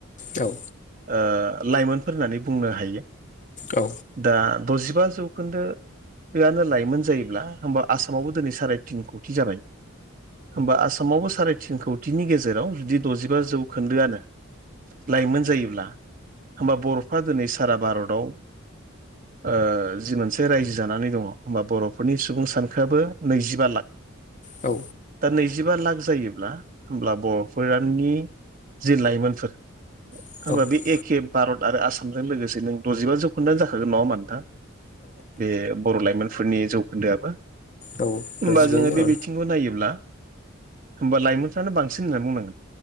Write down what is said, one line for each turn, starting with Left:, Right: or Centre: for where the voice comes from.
Left: औ
Right: ओ लाइमोनफोर होननानै बुंनो हायो
Left: औ
Right: दा द'जिबा जौखोन्दो बेनो लाइमोन जायोब्ला होमबा आसामावबो दिनै साराय तिन कौथि जाबाय होमबा आसामावबो साराय थिन कौतिनि गेजेराव जुदि द'जिबा जौखोन्दोआनो लाइमोन जायोब्ला होमबा बर'फ्रा दिनै सारा भारताव ओ जि मोनसे रायजो जानानै दङ होमबा बर'फोरनि सुबुं सानखोआबो नैजिबा लाख
Left: औ
Right: दा नैजिबा लाख जायोब्ला होमब्ला बर'फोरनि जि लाइमोनफोर
Left: नोंथां
Right: होनबा बे एखे भारत आरो आसामजों लोगोसे नों द'जिबा जौखोन्दोआनो जाखागोन नङा होनबा नोंथां? बे बर' लाइमोनफोरनि जौखोन्दोआबो। होमबा
Left: औ द'जिबायानो
Right: जोङो बे
Left: जाबाय
Right: बिथिंखौ नायोब्ला होमबा लाइमोनफ्रानो बांसिन होननानै बुंनांगोन।